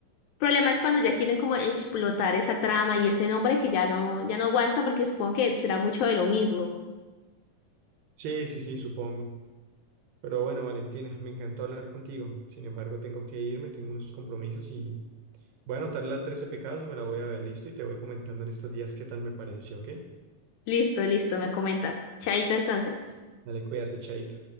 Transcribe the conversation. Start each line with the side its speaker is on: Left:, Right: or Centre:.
Left: problema es cuando ya quieren como explotar esa trama y ese nombre que ya no, ya no aguanta porque supongo que será mucho de lo mismo.
Right: Sí, sí, sí, supongo. Pero bueno, Valentina, me encantó hablar contigo. Sin embargo, tengo que irme, tengo unos compromisos y voy a anotar la 13 pecados y me la voy a ver, listo, y te voy comentando en estos días qué tal me pareció, ¿ok?
Left: Listo, listo, me comentas. Chaito entonces.
Right: Dale, cuídate, Chaito.